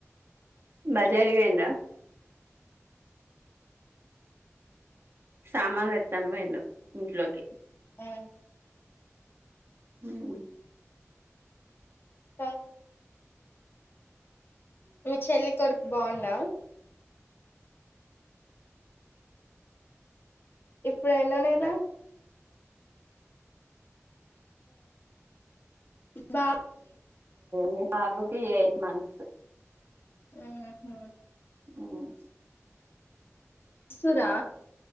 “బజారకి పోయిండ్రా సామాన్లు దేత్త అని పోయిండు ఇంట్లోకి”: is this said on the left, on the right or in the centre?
Right